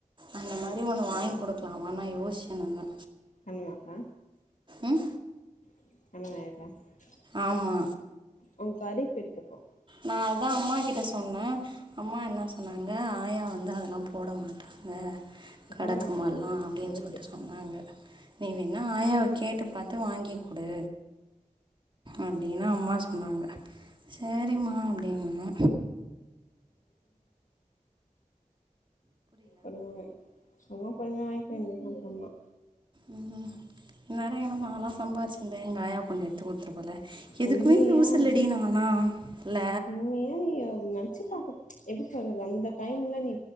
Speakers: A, on the right; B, on the left.
A: அந்த மாரி ஒண்ணு வாங்கி கொடுக் லாமா நா யோசிச்ச ஒன்னு
B: பண்ணுவா கா
A: ம்
B: <unintelligible>
A: ஆமா
B: அவங்க கறி போயிருக்கப்போ
A: நா அதா அம்மா கிட்ட சொன்ன அம்மா என்ன சொன்னாங்க ஆயா வந்து அதல்லா போட மாட்டாங்க கட
B: போட மாட்டாங்க
A: கம்மாலா
B: அவங்க
A: அப்டினு
B: கறி
A: சொல்ட்
B: போயிரு
A: சொன்னாங்க நீ வேணா ஆயாவ கேட்டு பாத்து வாங்கி குடு அப்டினு அம்மா சொன்னாங்க செரிம்மா அப்டின்னா
B: பண்ணுவாங்க சும்மா பண்ணி வங்கிக வேண்தா சும்மா
A: உம் இந்நேறோ எங்கனா மாமா சம்பாதிச்சிருந்தா எங்காயா பொண்ணு எத்துக்கு போல எதுக்குமே
B: உண்மையா
A: யூஸ் இல்லடி நானா இல்ல
B: உண்மையா நீ நெனச்சு பாக்க எப்டி சொல்றது அந்த டைம்ல நீ